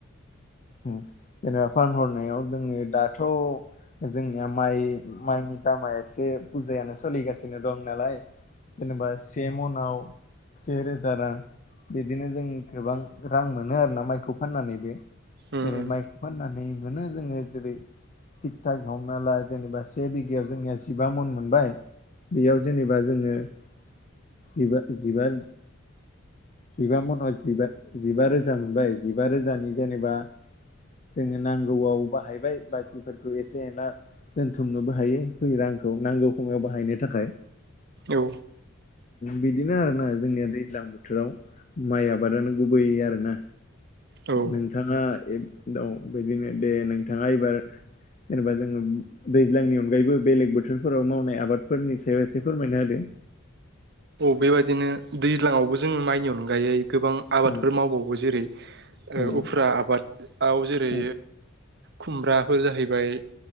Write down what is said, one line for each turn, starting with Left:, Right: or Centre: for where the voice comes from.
Left: उम जेनेबा फानहरनायाव जोङो दाथ' जोंनिया माइ माइनि दामा एसे बुजायानो सोलिगासिनो दं नालाय जेनेबा से मनाव से रोजा रां बिदिनो जों गोबां रां मोनो आरोना माइखौ फाननानैबो
Right: उम
Left: जेरै माइखौ फाननानै मोनो जोङो जेरै थिग थक हमना ला जेनेबा से बिघायाव जोंनिया जिबा मन मोनबाय बेयाव जेनेबा जोङोबा जिबा जिबा मनावबा जिबा रोजा मोनबाय जिबा रोजानि जेनेबा जोङो नांगौआव बाहायबाय बाखिफोरखौ एसे एनला दोनथुमनोबो हायो फै रांखौ नांगौ खमाव बाहायनो थाखाय।
Right: औ।
Left: बिदिनो आरो ना जोंनिया दैज्लां बोथोराव माइ आबादानो गुबैय आरोना।
Right: औ
Left: नोंथाङा दा बिदिनो दे नोंथाङा एबार जेनेबा जोङो दैज्लांनि अनगायैबो बेलेग बोथोरफोराव मावनाय आबादफोरनि सायाव एसे फोरमायना होद।
Right: बेबायदिनो दैज्लाङावबो जोङो माइनि अनगायै। गोबां आबादफोर
Left: उम
Right: मावबावो जेरै
Left: उम
Right: उफ्रा आबादाव जेरै
Left: उम
Right: खुमब्राफोर जाहैबाय।